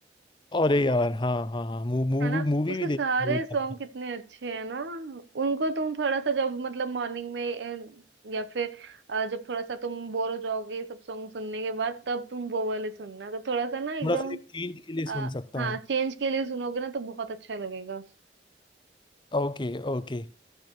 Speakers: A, on the left; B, on the right.
A: अरे यार हाँ हाँ हाँ मूवी
B: है ना
A: मूवी
B: उसके
A: भी
B: सारे
A: देखी बहुत
B: सॉन्ग
A: ज्यादा।
B: कितने अच्छे हैं ना उनको तुम थोड़ा सा जब मतलब मॉर्निंग में अ, या फिर अ, जब थोड़ा सा तुम बोर हो जाओगे ये सब सॉन्ग सुनने के बाद तब तुम वो वाले सुनना तो थोड़ा सा ना एकदम
A: थोड़ा सा एक चेंज के लिए सुन
B: अ,
A: सकता
B: हाँ
A: हूँ
B: चेंज के लिए सुनोगे ना तो बहुत अच्छा लगेगा
A: Okay okay